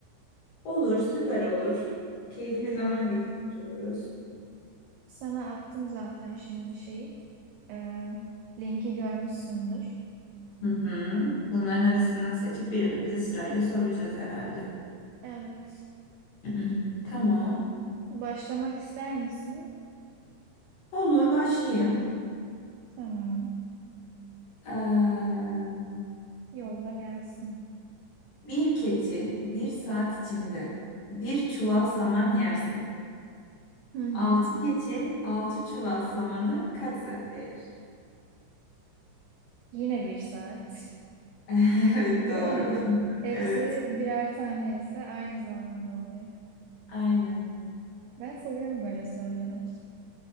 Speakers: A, on the left; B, on the right.
A: Olur, süper olur. Keyifli
B: Aynen.
A: zaman geçirmiş oluruz.
B: Sana attım zaten şimdi şey. E, linki görmüşsündür.
A: Hı hı. Bunların arasından seçip birbirimize sırayla soracağız herhalde.
B: Evet.
A: <clears throat> Tamam.
B: Başlamak ister misin?
A: Olur başlayayım.
B: Tamam.
A: Ee,
B: Yolla gelsin.
A: bir keçi bir saat içinde bir çuval saman yerse,
B: Hı hı.
A: altı keçi altı çuval samanı kaç saatte yer?
B: Yine bir saat.
A: <laughs> Evet
B: Değil
A: doğru.
B: mi?
A: <laughs>
B: Hepsi
A: Evet.
B: birer tane ise aynı zamanda oluyor.
A: Aynen.
B: Ben seviyorum böyle soruları.